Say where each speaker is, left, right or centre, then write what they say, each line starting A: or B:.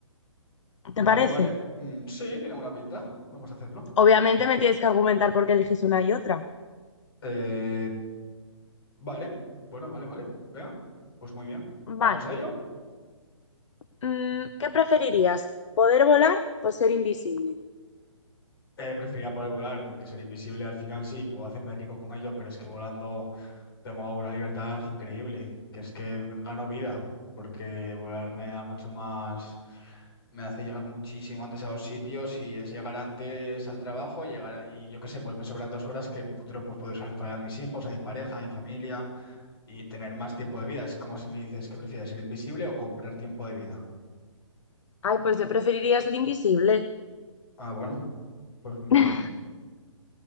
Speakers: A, on the left; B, on the left.
A: Vale,
B: ¿Te parece?
A: vale. Mm, sí, tiene buena pinta. Vamos a hacerlo.
B: Obviamente me tienes que argumentar por qué eliges una y otra.
A: Eh, vale. Bueno, vale, vale. Venga. Pues muy bien.
B: Vale.
A: Vamos a ello.
B: Mm, ¿qué preferirías? ¿Poder volar o ser invisible?
A: Eh, preferiría poder volar, porque ser invisible al final sí, puedo hacerme rico con ello, pero es que volando tengo una libertad increíble, que es que gano vida, porque volar me da mucho más. me hace llegar muchísimo antes a los sitios y es llegar antes al trabajo, llegar a- y yo qué sé, pues me sobran dos horas que en un futuro pues puedo usarlas para mis hijos, a mi pareja, a mi familia y tener más tiempo de vida. Es como si me dices que prefieres ser invisible o comprar tiempo de vida.
B: Ay, pues yo preferiría ser invisible.
A: Ah, bueno, pues muy
B: <laughs>
A: bien.